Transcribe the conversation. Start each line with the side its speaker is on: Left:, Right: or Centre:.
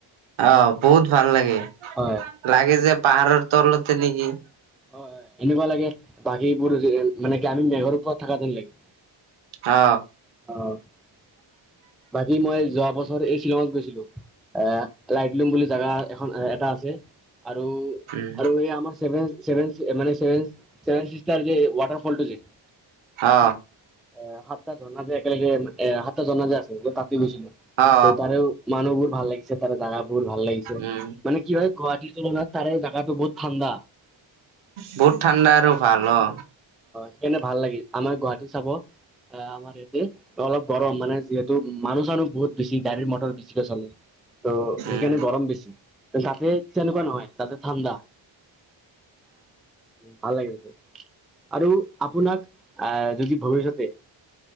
Right: অ, বহুত ভাল লাগে-লাগে
Centre: হয়
Right: যে, পাহাৰৰ তলতে নেকি?
Centre: অ, এনেকুৱা লাগে বাকীবোৰ মানে কি, আমি মেঘৰ ওপৰত থকা যেন লাগে।
Right: অ,
Centre: অ বাকী মই যোৱা বছৰ এই শ্বিলঙত গৈছিলো এ লাইটলুম বুলি জোগা এখন এটা আছে আৰু
Right: উম
Centre: আৰু এই আমাৰ চভেন ভেন মানেভেভেিক্াৰ যে ৱাটাৰ ফল টো যে
Right: অ
Centre: আহ সাতটা ঝৰ্ণা যে একেলগে এ সাতটা জনা যে আছিল ত তাতে গৈছিলো
Right: অ
Centre: ত তাৰেও মানুহ বোৰ ভাল লাগিছে তাৰে জাগা বহুত ভাল লাগিছে
Right: উম
Centre: মানে কি হয় গুৱাহাটীৰ তুলনাত তাৰে জেগাতটো বহুত ঠাণ্ডা
Right: বহুত ঠাণ্ডা আৰু ভাল অ
Centre: সেইকাৰনেে ভাল লাগিল আমাৰ গুৱাহাটী চাব আহ আমাৰ ইয়াতে অলপ গৰম মানে যিহেতু ত মানুহ চানুহ বহুত বছি গাড়ীৰ মটৰ বেছিকে চলে ত' সেইকাৰণে
Right: উম
Centre: গৰম বেছি তাতে তেনেকুৱা নহয় তাতে ঠাণ্ডা ভাল লাগিছে তোৰ আৰু আপোনাক আহ যদি ভৱিষ্যতে